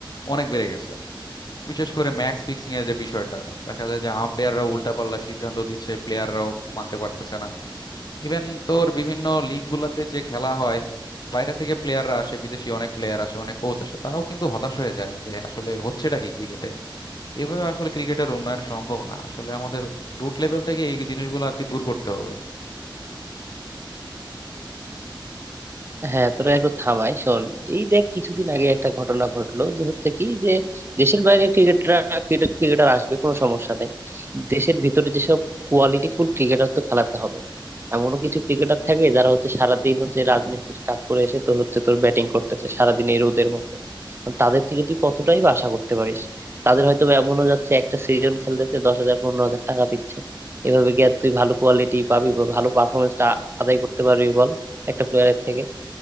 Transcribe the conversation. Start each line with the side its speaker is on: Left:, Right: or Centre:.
Left: অনেক বেড়ে গেছে বিশেষ করে ম্যাচ ফিক্সিং এর যে বিষয়টা দেখা যায় যে আম্পায়াররা উল্টাপাল্টা সিদ্ধান্ত দিচ্ছে প্লেয়াররাও মানতে পারতেছে না ইভেন তোর বিভিন্ন লিগ গুলাতে যে খেলা হয় বাইরে থেকে প্লেয়াররা আসে বিদেশি অনেক প্লেয়ার আসে অনেক কোচ আসে তারাও কিন্তু হতাশ হয়ে যায় যে আসলে হচ্ছেটা কি ক্রিকেটে এভাবে আসলে ক্রিকেটের উন্নয়ন সম্ভব না আসলে আমাদের রুট লেভেল থেকে এই জিনিসগুলো আর কি দূর করতে হবে
Right: হ্যাঁ তোরা একটু থামাই শোন এই দেখ কিছুদিন আগে একটা ঘটনা ঘটলো যে হচ্ছে কি যে দেশের বাইরে ক্রিকেটার ক্রিকেট ক্রিকেটার আসবে কোনো সমস্যা নেই দেশের ভিতরে যেসব কোয়ালিটি ফুল ক্রিকেটার তো খেলাতে হবে এমনও কিছু ক্রিকেটার থাকে যারা হচ্ছে সারাদিন হচ্ছে রাজমিস্ত্রির কাজ করে এসে তোর হচ্ছে তোর ব্যাটিং করতেছে সারাদিন এই রোদের মধ্যে এখন তাদের থেকে তুই কতটাই বা আশা করতে পারিস তাদের হয়তো বা এমনও যাচ্ছে একটা সিজন খেলতেছে দশ হাজার পনেরো হাজার টাকা দিচ্ছে এভাবে গিয়ে তুই ভালো কোয়ালিটি পাবি বা ভালো পারফরমেন্সটা আদায় করতে পারবি বল একটা প্লেয়ারের থেকে